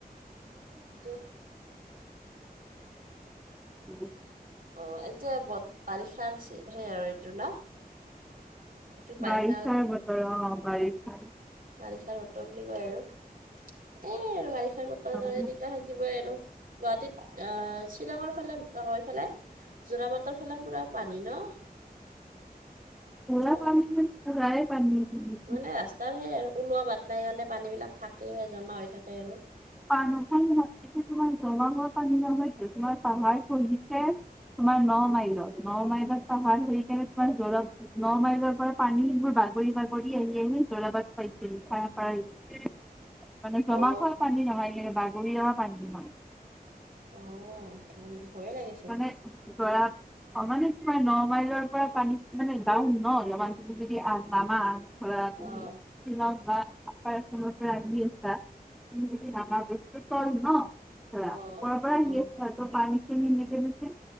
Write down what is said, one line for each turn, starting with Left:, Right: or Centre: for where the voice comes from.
Right: এইটো
Centre: <unintelligible>
Right: অ এতিয়া বত বাৰিষাৰ চি সেই আৰু এইটো ন। এইটো বাৰিষা
Centre: বাৰিষাৰ বতৰ অ বাৰিষাৰ।
Right: বাৰিষাৰ বতৰ বুলি কয় আৰু এ আৰু বাৰিষাৰ বতৰ
Centre: পুৰা
Right: আৰু এনেকুৱা হে কিব আৰু গুৱাহাটীত আহ শ্বিলঙৰ ফালে <inaudible> ফালে যোৰা পাটৰ ফালে পুৰা পানী ন? সেইবিলাকত
Centre: জোৰা পানীত মানে পুৰাই পানীচোন।
Right: মানে ৰাস্তাৰ সেই আৰু ওলোৱা বাট নাই কাৰণে পানীবিলাক থাকেইহে জমা হৈ থাকে আৰু।
Centre: পানাখন <inaudible> তোমাৰ জমা হোৱা পানী নহয়তো তোমাৰ পাহাৰ পহিছে। তোমাৰ ন মাইলত, ন মাইলত পাহাৰ ধৰি কেনে তোমাৰ জৰ ন মাইলৰ পৰা পানীবোৰ বাগৰি - বাগৰি আহি আহি জ্বলাবাত খাইছিল খানাপাৰালৈকে। মানে জমাখাল
Right: অ'।
Centre: পানী নহয় কে বাগৰি অহা পানী হয়।
Right: অ হয় নেকি ভয়ে লাগিছে।
Centre: মানে গৰা অ মানে তা ন মাইলৰ পৰা পানী মানে ডাওন ন নামা যদি তুমি আগ যাবা পৰা তুমি
Right: অ',
Centre: <unintelligible> বা আপাৰতে ৰান্ধি আছাদিন আমাৰ বস্তু তল ন পোৰা,
Right: অ'।
Centre: ওপৰৰ পৰা আহি
Right: অ',
Centre: আছে আকৌ পানীখিনি এনেকে এনেকে